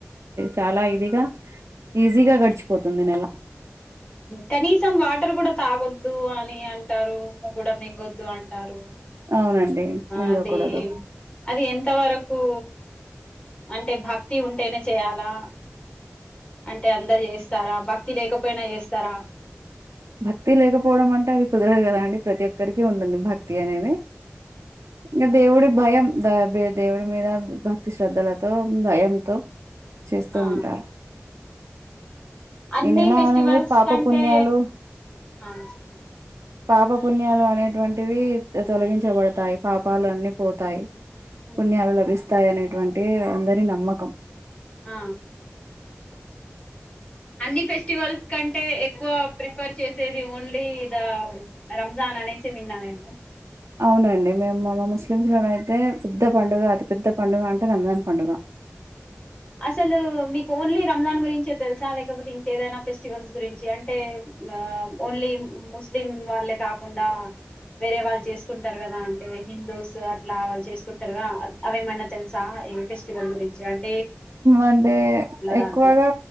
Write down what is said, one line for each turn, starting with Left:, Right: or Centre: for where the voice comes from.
Right: చాలా ఇదిగా ఈజీగా గడిచిపోతుంది నెల
Left: కనీసం వాటర్ కూడా తాగొద్దు అని అంటారు ముగ్గుడ మింగొద్దు అంటారు
Right: అవునండి మింగకూడదు
Left: అది అది ఎంత వరకు అంటే భక్తి ఉంటేనే చేయాలా అంటే అందరు చేస్తారా భక్తి లేకపోయినా చేస్తారా
Right: భక్తి లేకపోవడం అంటే అది కుదరదు కదా అండి ప్రతి ఒక్కరికి ఉంటుంది భక్తి అనేది ఇంగ దేవుడికి భయం ద బ దేవుడు మీద భక్తి శ్రద్ధలతో భయంతో చేస్తూ
Left: ఆ
Right: ఉంటారు
Left: అన్నిీ
Right: ఈ నెల
Left: ఫెస్టివల్స్
Right: అనేది పాప
Left: కంటే
Right: పుణ్యాలు
Left: ఆ చెప్పన
Right: పాప పణ్యాలు అనేటువంటివి తొలగించబడతాయి పాపాలు అన్నిీ పోతాయి
Left: ఉమ్
Right: పుణ్యలు లభిస్తాయ అనే టువంటి అందరి నమ్మకం
Left: ఆ అన్ని ఫెస్టివల్స్ కంటే ఎక్కువ ప్రిఫర్ చేసేది ఓన్లీ ఇద రంజాన్ అనేసి విన్నా నేను
Right: అవునండి మేము మా ముస్లిమ్స్ లోన అైతే పెద్ద పండుగ అతి పెెద్ద పండుగ అంటే రంజాన్ పండుగ
Left: అసలు మీకు ఓన్లీ రంజాన్ గురించే తెలుసా లేకపోతే ఇంకేదైనా ఫెస్టివల్స్ గురించి అంటే ఆ ఓన్లీ ముస్ స్లిం వాళ్ళే కాకుండా వేరే వాళ్ళు చేసుకుంటారు కదా అంటే హిందూస్ అట్లా వాళ్ళు చేసుకుంటారుగా అవేమన్నా తెలుసా ఈ ఫెస్టివల్ గురిం <unintelligible>
Right: అంటే
Left: దాంట్లో
Right: ఎక్కువగా